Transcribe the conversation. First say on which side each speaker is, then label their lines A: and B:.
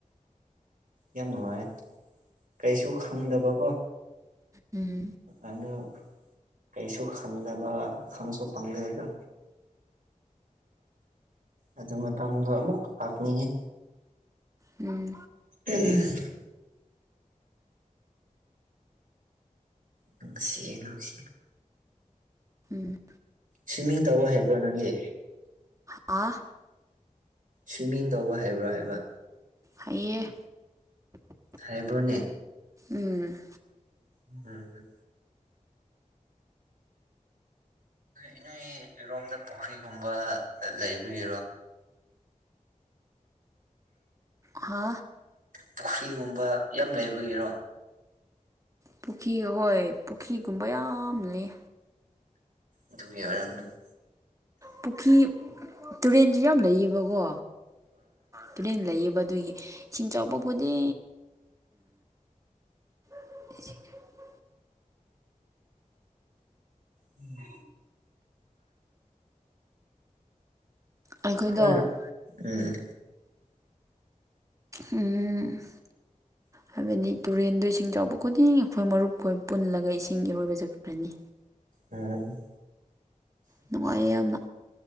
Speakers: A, on the right (about 85°); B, on the right (about 25°).
A: ꯌꯦꯅꯨꯡꯉꯅꯦ ꯀꯩꯁꯨ ꯈꯪꯗꯕꯀꯣ
B: ꯎꯝ
A: ꯑꯗꯣ ꯀꯩꯁꯨ ꯈꯪꯗꯕ ꯈꯪꯁꯨ ꯐꯪꯗꯦꯗꯣ ꯑꯗꯨ ꯃꯇꯝꯗꯣ ꯑꯃꯨꯛ ꯂꯥꯛꯅꯤꯡꯉꯤ
B: ꯎꯝ
A: ꯑꯦ <inaudible> ꯅꯨꯡꯁꯤꯦ ꯅꯨꯡꯁꯤꯦ
B: ꯎꯝ
A: ꯁ꯭ꯋꯤꯝꯃꯤꯡ ꯇꯧꯕ ꯍꯥꯏꯩꯕꯣ ꯅꯪꯒꯤ
B: ꯑ
A: ꯁ꯭ꯋꯤꯝꯃꯤꯡ ꯇꯧꯕ ꯍꯥꯏꯕ꯭ꯔꯥ ꯍꯥꯏꯕ
B: ꯍꯥꯏꯑꯦ
A: ꯍꯥꯏꯕ꯭ꯔꯣꯅꯦ
B: ꯎꯝ
A: ꯎꯝꯝ ꯏ ꯅꯣꯏ ꯏꯔꯣꯝꯗ ꯄꯨꯈ꯭ꯔꯤꯒꯨꯝꯕ ꯂꯩꯕꯤꯒꯤꯔꯣ
B: ꯍꯥ
A: ꯄꯨꯈ꯭ꯔꯤꯒꯨꯝꯕ ꯌꯥꯝ ꯂꯩꯕꯒꯤꯔꯣ
B: ꯄꯨꯈ꯭ꯔꯤ ꯍꯍꯣꯏ ꯄꯨꯈ꯭ꯔꯤꯒꯨꯝꯕ ꯌꯥꯝ ꯂꯩ
A: ꯑꯗꯨꯃꯤꯕꯔ ꯑꯃꯅꯤꯅꯤ
B: ꯄꯨꯈ꯭ꯔꯤ ꯇꯨꯔꯦꯟꯁꯨ ꯌꯥꯝ ꯂꯩꯌꯦꯕꯀꯣ ꯐꯨꯔꯦꯟ ꯂꯩꯌꯦꯕ ꯑꯗꯨꯒꯤ ꯏꯁꯤꯡ ꯆꯥꯎꯕꯄꯗꯤ <unintelligible> <inaudible>
A: ꯎꯝ
B: ꯑꯩꯈꯣꯏꯗꯣ
A: ꯍꯣꯏꯔ ꯎꯝ
B: ꯎꯝ
A: <unintelligible> <inaudible>
B: ꯍꯥꯏꯕꯗꯤ ꯇꯨꯔꯦꯟꯗꯣ ꯏꯁꯤꯡ ꯆꯥꯎꯕ ꯈꯨꯗꯤꯡ ꯑꯩꯈꯣꯏ ꯃꯔꯨꯞꯈꯣꯏ ꯄꯨꯜꯂꯒ ꯏꯁꯤꯡ ꯏꯔꯣꯏꯕ ꯆꯠꯈ꯭ꯔꯅꯤ
A: ꯑꯝ
B: ꯅꯨꯡꯉꯥꯏꯌꯦ ꯌꯥꯝꯅ